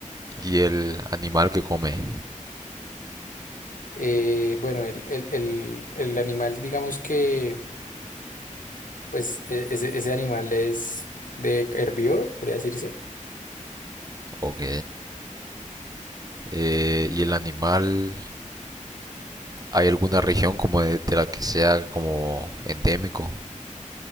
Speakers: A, on the right; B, on the left.
A: ¿Y el animal que come?
B: Eh, bueno, el, el- el- el animal, digamos que, pues e- ese, ese animal es de herbívoro, podría decirse.
A: Ok. Eh, ¿Y el animal ¿Hay alguna región como de, de la que sea como endémico?